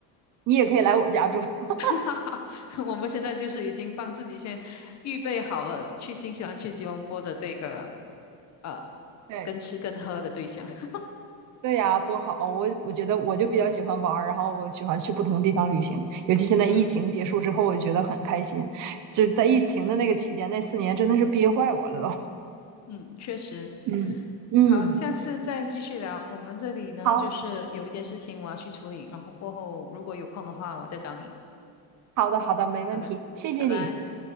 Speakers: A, on the right; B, on the left.
A: 你也可以来我家住。<laughs>
B: <laughs> 哈哈哈，我们现在就是已经帮自己先预备好了去新西兰、去吉隆坡的这个呃，
A: 对，
B: 跟吃跟喝的对象。<laughs>
A: 对呀，多好！我我觉得我就比较喜欢玩儿，然后我喜欢去不同的地方旅行，尤其现在疫情结束之后，
B: 嗯
A: 我觉得很开心。就是在疫情的那个期间，那四年真的是憋坏我了都。
B: 嗯，确实。
A: 嗯嗯，
B: 好，下次再继续聊。我们这里呢，
A: 好
B: 就是有一点事情我要去处理，然后过后如果有空的话，我再找你。
A: 好的好的，没问题，
B: 好的，
A: 谢谢你，
B: 拜拜。